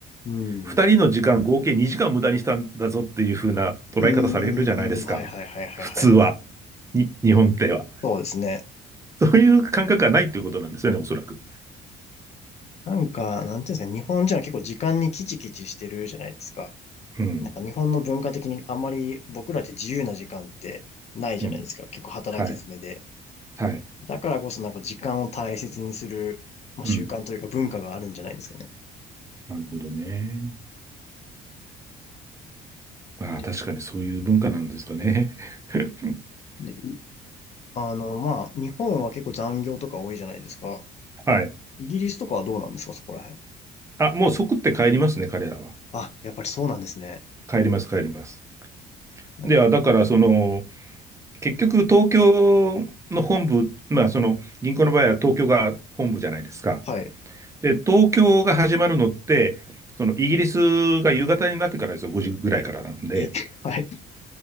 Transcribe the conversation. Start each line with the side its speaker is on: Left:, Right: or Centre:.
Left: うん。
Right: 2人の時間合計2時間無駄にしたんだぞっていう風な捉え方されるじゃないですか。
Left: うーん、はいはいはいはいはい。
Right: 普通は。に、日本では。
Left: そうですね。
Right: そういう感覚がないっていうことなんですよね、おそらく。
Left: なんか、なんていうんですかね、日本人は結構時間にキチキチしてるじゃないですか。
Right: うん。
Left: なんか日本の文化的にあんまり僕らって自由な時間ってないじゃないですか。
Right: うん。
Left: 結構働き詰めで。
Right: はい。はい。
Left: だからこそなんか時間を大切にする、まあ、
Right: うん。
Left: 習慣というか文化があるんじゃないですかね。
Right: なるほどね。まあ、
Left: で、
Right: 確かにそういう文化なんですかね。<laughs>
Left: で、いあの、まあ、日本は結構残業とか多いじゃないですか。
Right: はい。
Left: イギリスとかはどうなんですか、そこら辺。
Right: あ、もう即って帰りますね、彼らは。
Left: あ、やっぱりそうなんですね。
Right: 帰ります、帰ります。
Left: なんか
Right: では、だから、その、結局、東京の本部、まあ、その、銀行の場合は東京が本部じゃないですか。
Left: はい。
Right: で、東京が始まるのって、その、イギリスが夕方になってからですよ、5時ぐらいからなんで。
Left: え、<laughs> はい、